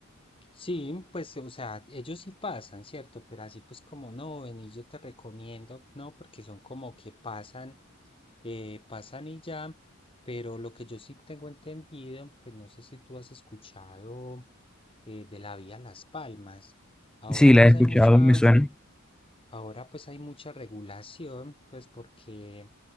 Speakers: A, on the left; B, in the centre.
A: Sí, pues, o sea, ellos sí pasan, ¿cierto? Pero así pues como no, ven y yo te recomiendo, no, porque son como que pasan, eh, pasan y ya, pero lo que yo sí tengo entendido, pues no sé si tú has escuchado eh, de la vía Las Palmas. Ahora
B: Sí, la
A: pues
B: he escuchado,
A: hay mucha,
B: me suena.
A: Ahora pues hay mucha regulación, pues porque